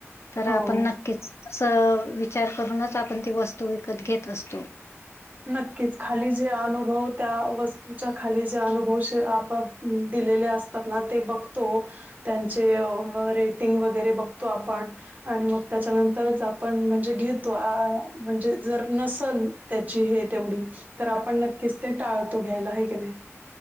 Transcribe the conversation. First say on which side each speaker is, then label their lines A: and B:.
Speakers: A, on the left; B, on the right.
A: तर
B: हो.
A: आपण नक्कीच अस विचार करूनच, आपण ती वस्तू विकत घेत असतो.
B: नक्कीच, खाली जे अनुभव, त्या वस्तूच्या खाली जे अनुभव आप दिलेले असतात ना, ते बघतो त्यांचे रेटिंग वगैरे बघतो आपण. आणि मग त्याच्यानंतरच आपण म्हणजे घेतो, म्हणजे जर नसल ते <unintelligible> तेवढीच, तर आपण ते नक्कीच टाळतो घ्यायला, हे की नाही?